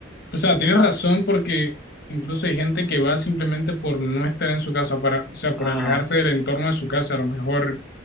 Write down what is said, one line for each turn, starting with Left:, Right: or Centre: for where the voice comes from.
Left: O sea, tienes
Centre: ya sabes,
Left: razón porque incluso hay gente que va simplemente por no estar en su casa, para, o sea, por
Centre: ajá,
Left: alejarse del entorno de su casa, a lo mejor,